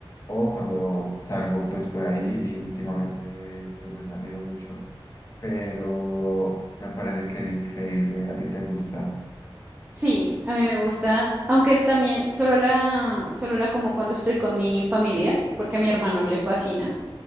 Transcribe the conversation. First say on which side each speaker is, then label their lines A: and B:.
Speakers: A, on the left; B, on the right.
A: o cuando salgo pues por ahí y últimamente pues no he salido mucho, pero me parece que es increíble, a ti te gusta.
B: Sí, a mí me gusta, aunque también solo la, solo la como cuando estoy con mi familia, porque a mi hermano le fascina,